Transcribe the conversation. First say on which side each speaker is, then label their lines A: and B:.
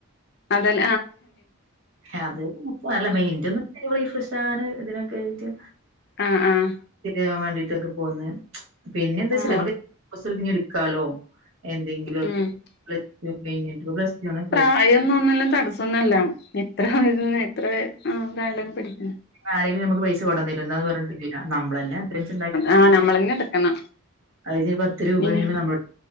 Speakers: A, on the left (about 50°); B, on the right (about 65°).
A: അതെല്
B: അതെ അല്ല
A: ആ
B: മൈന്റൊന്നും റീഫ്രഷ് ആകാന് ഇതിനൊക്കെ ആയിട്ട്.
A: ആഹ് ആഹ്
B: ൻ വേണ്ടിട്ടൊക്കെ പോന്ന് പിന്നെ എന്താ വെച്ച
A: ആ
B: നമക്ക് കൊറ്ച്ച് കഴിഞ്ഞിട്ട് ഇടുക്കാലൊ. എന്തെങ്കിലൊക്
A: ഉം
B: <unintelligible> പ്ലസ് ടു ആണ് പ്ല
A: കായൊന്നും ഒന്നല്ലും തടസ്സൊന്നല്ല. ഇത്ര വ എത്ര കായലും പഠിക്ക
B: ആരെങ്കിലും നമുക്ക് പൈസ കൊട്ന്നെരും ഇന്നാന്ന് പറഞ്ഞിട്ടില്ല നമ്മളെന്നെ അ
A: ആഹ് നമ്മളെന്നെ എടുക്കണം.
B: അതിന് പത്ത് രൂപയാണെങ്കി
A: പിന്നെ
B: നമ്മൾ